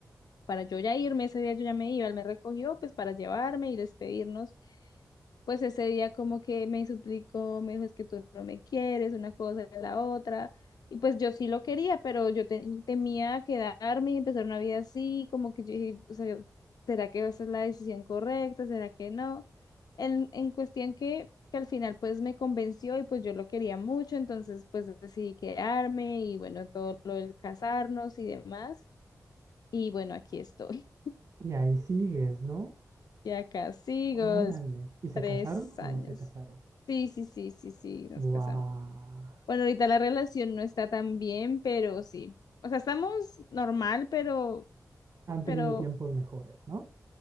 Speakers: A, on the left; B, on the right.
A: para yo ya irme, ese día yo ya me iba, él me recogió pues para llevarme y despedirnos pues ese día como que me suplicó, me dijo, es que tú no me quieres, una cosa y la otra. Y pues yo sí lo quería, pero yo te- temía quedarme y empezar una vida así, como que yo dije, o sea, ¿será que esa es la decisión correcta? ¿Será que no? En, en cuestión que, que al final pues me convenció y pues yo lo quería mucho, entonces pues decidí quedarme y bueno, todo lo del casarnos y demás. Y bueno, aquí estoy.
B: Y ahí sigues, ¿no?
A: Y acá sigo,
B: Órale.
A: des-
B: ¿Y se
A: tres
B: casaron o
A: años.
B: no se casaron?
A: Sí, sí, sí, sí, sí, nos
B: Buah.
A: casamos. Bueno, ahorita la relación no está tan bien, pero sí. O sea, estamos normal, pero,
B: Han tenido
A: pero
B: tiempos mejores, ¿no?